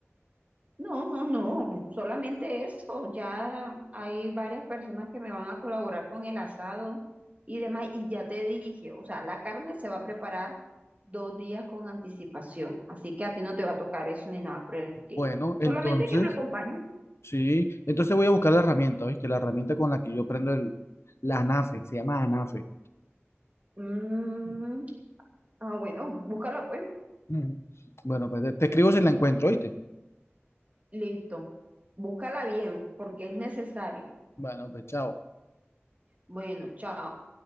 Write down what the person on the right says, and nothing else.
No, no, no, solamente eso. Ya hay varias personas que me van a colaborar con el asado y demás. Y ya te dije, o sea, la carne se va a preparar dos días con anticipación. Así que a ti no te va a tocar eso ni nada por el estilo.
Solamente
que me acompañes.
Mm, ah, bueno, búscala pues.
Listo. Búscala bien porque es necesario.
Bueno, chao.